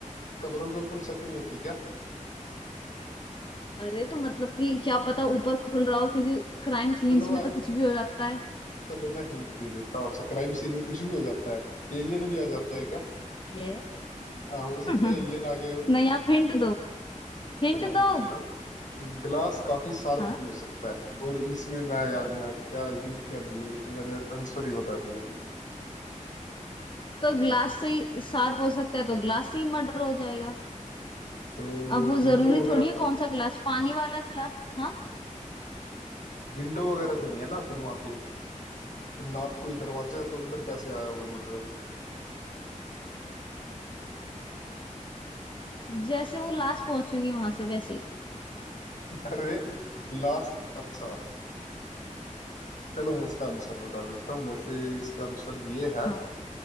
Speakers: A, on the left; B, on the left.
A: कमरों के ऊपर छत नहीं होती क्या
B: अरे तो मतलब कि क्या पता ऊपर खुल रहा हो क्योंकि क्राइम सीन्स
A: चलो
B: में
A: मैं
B: तो कुछ भी हो जाता है
A: चलो मैं हिंट दे देता हूँ अच्छा क्राइम सीन में कुछ भी हो जाता है एलियन भी आ जाते हैं क्या
B: ये
A: हाँ हो सकता
B: <laughs>
A: है एलियन आ गए
B: नहीं आप हिंट दो हिंट
A: चलो मैं हिंट
B: दो
A: दे रहा हूँ ग्लास काफी शार्प
B: हाँ
A: भी हो सकता है और इसमें मैं यार मैं क्या हिंट क्या दिए ये तो मैंने आंसर ही बता दिया
B: तो ग्लास से ही सार्प हो सकता है तो ग्लास से ही मर्डर हो जाएगा
A: तो
B: अब वो
A: विंडो
B: जरूरी
A: वगैरह
B: थोड़ी है कौन सा ग्लास पानी वाला ग्लास हाँ
A: विंडो वगैरह तो नहीं है ना फिर वहां पे ना कोई दरवाजा है तो अंदर कैसे आया होगा मर्डर
B: जैसे वो लास्ट पहुंचेगी वहां से वैसे ही
A: <laughs> अरे लास्ट अच्छा चलो मैं इसका आंसर बता देता हूँ वैसे इसका आंसर ये है
B: हाँ